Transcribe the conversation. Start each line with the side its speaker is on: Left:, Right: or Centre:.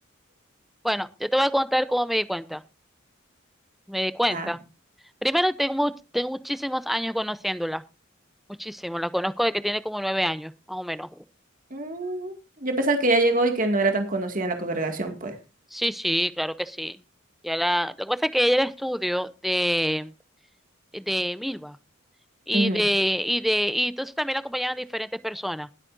Centre: Bueno, yo te voy a contar cómo me di cuenta. Me di cuenta.
Right: ajá.
Centre: Primero, tengo, much- tengo muchísimos años conociéndola. Muchísimo. La conozco de que tiene como nueve años, más o menos.
Right: Mm, Yo pensaba que ya llegó y que no era tan conocida en la congregación, pues.
Centre: Sí, sí, claro que sí. Ya la, lo que pasa es que ella era estudio de, de Milva y
Right: Ujú,
Centre: de, y de, y entonces también la acompañaban diferentes personas.